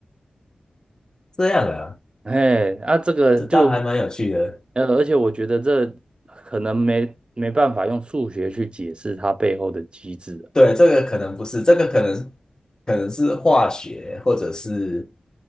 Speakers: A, on the left (about 25°); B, on the right (about 35°).
A: 这样啊，
B: 哎，啊，这个就，
A: 这倒还蛮有趣的。
B: 呃，而且我觉得这可能没没办法用数学去解释它背后的机制。
A: 对，这个可能不是，这个可能可能是化学或者是